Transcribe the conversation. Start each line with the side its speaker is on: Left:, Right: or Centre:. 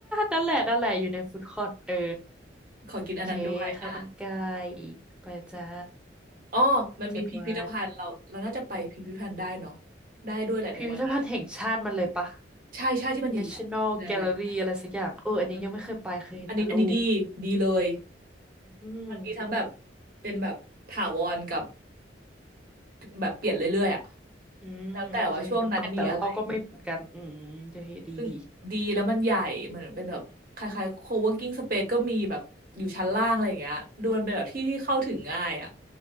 Centre: นั่นแหละนั่นแหละอยู่ในฟู้ดคอร์ทเออ
Right: ขอกินอันนั้นด้วยอ่า
Centre: เคข้าวมันไก่ไปจ้า
Right: อ๋อมันมีพิพิธภัณฑ์เราเราน่าจะไปพิพิธภัณฑ์ได้เนาะ
Centre: จดไว้
Right: ได้ด้วยแหละในวันนั้น
Centre: พิพิธภัณฑ์แห่งชาติมันเลยปะ
Right: ใช่ใช่ที่มันใหญ่ๆมีหลายๆชั้น
Centre: National Gallery อะไรสักอย่างเอออันนี้ยังไม่เคยไปเคยเห็นแต่รูป
Right: เอออันนี้อันนี้ดีดีเลย
Centre: อืม
Right: มันมีทั้งแบบเป็นแบบถาวรกับแบบเปลี่ยนเรื่อยๆอ่ะ
Centre: อืมโอเคงั้นไปแต่เราก็ไม่เหมือนกันอืมเดี๋ยวดีดี
Right: แล้วแต่ว่าช่วงนั้นมีอะไร ซึ่งดีแล้วมันใหญ่เหมือนเป็นแบบคล้ายๆ co-working space ก็มีแบบอยู่ชั้นล่างอะไรอย่างเงี้ยดูมันเป็นแบบที่ที่เข้าถึงง่ายอ่ะ